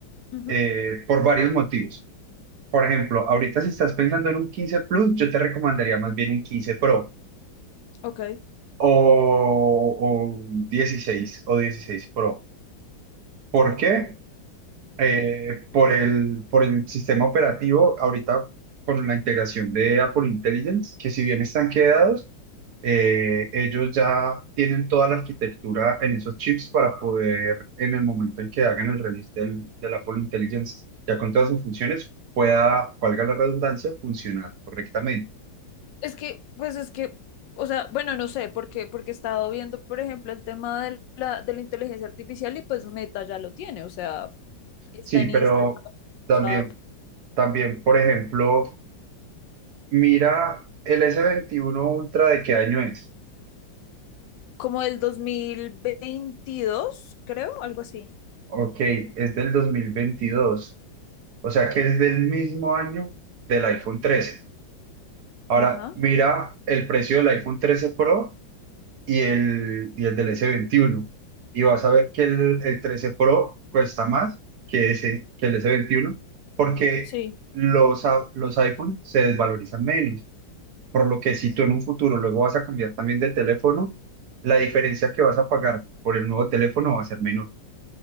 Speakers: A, on the left (about 75°); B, on the right (about 65°).
A: Ujú,
B: eh, por varios motivos. Por ejemplo, ahorita si estás pensando en un quince Plus, yo te recomendaría más bien un 15 Pro
A: Ok.
B: o, o un 16 o 16 Pro. ¿Por qué? Eh, por el, por el sistema operativo, ahorita con la integración de Apple Intelligence, que si bien están quedados, eh, ellos ya tienen toda la arquitectura en esos chips para poder, en el momento en que hagan el release del, del Apple Intelligence, ya con todas sus funciones, pueda, valga la redundancia, funcionar correctamente.
A: Es que, pues es que, o sea, bueno, no sé, porque, porque he estado viendo, por ejemplo, el tema de la, de la inteligencia artificial y pues Meta ya lo tiene, o sea, está
B: Sí,
A: en Instagram,
B: pero
A: WhatsApp,
B: también, también, por ejemplo, mira el s veintiuno Ultra de qué año es.
A: como el dos mil veintidós creo, algo así.
B: Ok, es del 2022, o sea que es del mismo año del iPhone 13. Ahora,
A: Ajá,
B: mira el precio del iPhone 13 Pro y el, y el del s veintiuno Y vas a ver que el, el 13 Pro cuesta más que, ese, que el s veintiuno, porque
A: sí,
B: los, a- los iPhone se desvalorizan menos. Por lo que si tú en un futuro luego vas a cambiar también de teléfono, la diferencia que vas a pagar por el nuevo teléfono va a ser menor,